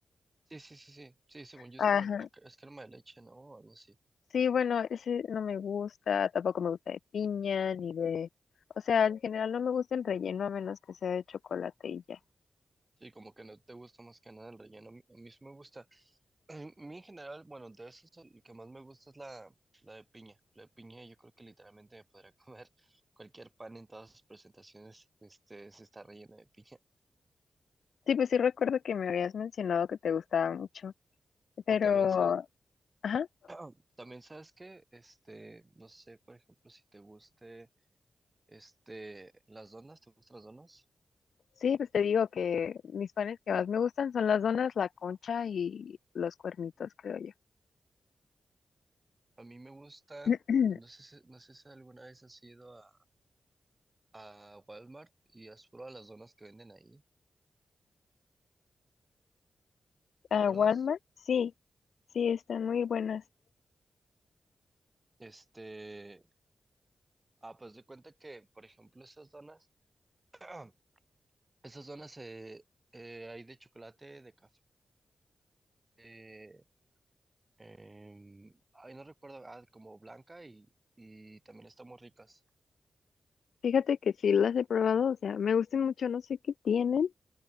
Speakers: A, on the right; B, on the left.
A: Sí, sí, sí, sí. Sí, según yo
B: Ajá.
A: es como el- el- es crema de leche, ¿no? O algo así.
B: Sí, bueno, ese no me gusta, tampoco me gusta de piña ni de, o sea, en general no me gusta el relleno a menos que sea de chocolate y ya.
A: Sí, como que no te gusta más que nada el relleno. A mí, a mí sí me gusta. <clears throat> A mí en general, bueno, de esos el que más me gusta es la, la de piña. La de piña yo creo que literalmente me podría <laughs> comer cualquier pan en todas sus presentaciones, este, se está relleno de piña.
B: Sí, pues sí recuerdo que me habías mencionado que te gustaba mucho, pero,
A: O también sabes,
B: ajá.
A: <clears throat> también sabes que, este, no sé, por ejemplo, si te guste, este, las donas, ¿te gustan las donas?
B: Sí, pues te digo que mis panes que más me gustan son las donas, la concha y los cuernitos, creo yo.
A: A mí me gustan,
B: <clears throat>
A: no sé si, no sé si alguna vez has ido a, a Walmart y has probado las donas que venden ahí, ¿te
B: ¿A
A: acuerdas?
B: Walmart? Sí, sí, están muy buenas.
A: Este, Ah, pues de cuenta que, por ejemplo, esas donas, <clears throat> esas donas eh, eh, hay de chocolate, de café, eh, em, ay, no recuerdo, ah, como blanca y, y también están muy ricas.
B: Fíjate que sí las he probado, o sea, me gustan mucho, no sé qué tienen,